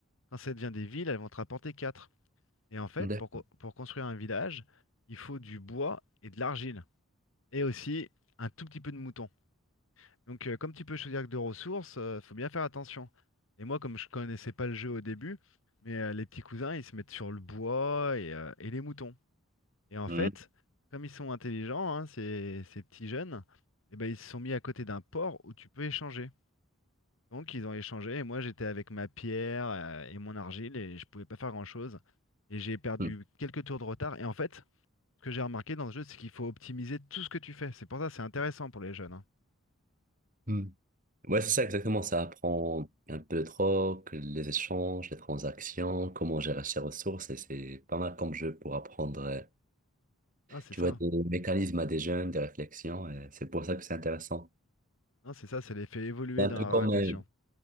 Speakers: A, on the left; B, on the right.
A: Quand ça devient des villes, elles vont te rapporter quatre. Et en fait,
B: D'accord.
A: pour, co- pour construire un village, il faut du bois et de l'argile. Et aussi un tout petit peu de moutons. Donc, euh, comme tu peux choisir que deux ressources, euh, faut bien faire attention. Et moi, comme je connaissais pas le jeu au début, mais euh, les petits cousins, ils se mettent sur le bois et, euh, et les moutons. Et en
B: Hmm,
A: fait, comme ils sont intelligents, hein, ces, ces petits jeunes, eh ben, ils se sont mis à côté d'un port où tu peux échanger. Donc, ils ont échangé et moi, j'étais avec ma pierre euh, et mon argile et je pouvais pas faire grand-chose. Et j'ai perdu
B: hmm,
A: quelques tours de retard. Et en fait, ce que j'ai remarqué dans ce jeu, c'est qu'il faut optimiser tout ce que tu fais. C'est pour ça, que c'est intéressant pour les jeunes. hein.
B: hmm. Ouais, c'est ça exactement. Ça apprend un peu de rock, les échanges, les transactions, comment gérer ses ressources. Et c'est pas mal comme jeu pour apprendre, euh,
A: Ah, c'est
B: tu
A: ça.
B: vois, des mécanismes à des jeunes, des réflexions. et c'est pour ça que c'est intéressant.
A: Hein, c'est ça, ça les fait évoluer
B: C'est un
A: dans
B: peu
A: la
B: comme,
A: réflexion.
B: euh,